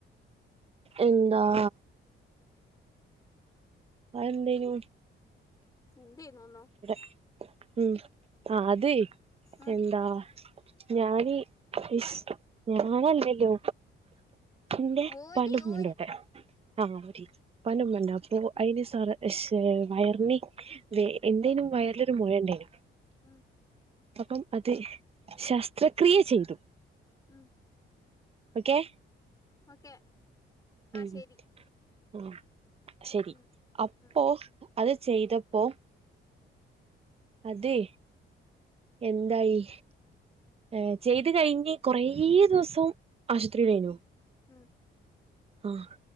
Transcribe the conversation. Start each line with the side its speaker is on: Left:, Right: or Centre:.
Right: എന്താ അത് എന്തേനു
Left: എന്ത്‌ ചെയ്യുന്നോന്നോ
Right: <unintelligible> ഉം ആഹ് അത്
Left: ഉം
Right: എന്താ ഞാന് <unintelligible> ഞാനല്ലല്ലോ ഇന്റെ
Left: ഓര്
Right: ഉപ്പാന്റെഉമ്മാന്റോടെ
Left: ഓര്
Right: ആ ഓരി ഇപ്പന്റെമ്മന്റെ അപ്പൊ അയിന് സർ ഷേ വയറിന് എന്തേനു വയറിലൊരു മൊഴ ഇണ്ടേയ്നു.
Left: ഉം
Right: അപ്പം അത് ശസ്ത്രക്രിയ ചെയ്തു.
Left: ഉം
Right: ഓക്കെ
Left: ഓക്കെ ആ
Right: ഉം
Left: ശരി
Right: ഓ ശരി
Left: ഉം
Right: അപ്പോ
Left: ഉം
Right: അത് ചെയ്തപ്പോ. അതെ എന്തായി ഏഹ് ചെയ്ത് കഴിഞ്ഞ് കൊറേ ദിവസം ആശുത്രിലേനു
Left: ഉംഹ്
Right: ആഹ്